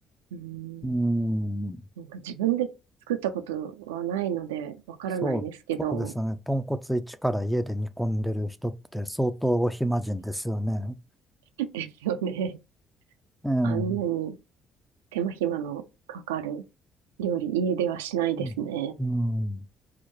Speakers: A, on the right (about 85°); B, in the centre.
A: うん。
B: うん。
A: なんか自分で作ったことはないのでわからないですけど、
B: そう、そうですね。豚骨一から家で煮込んでる人って相当お暇人ですよね。
A: <laughs> ですよね。
B: ええ。
A: あんなに。手間暇のかかる料理、家ではしないですね。
B: うん。うん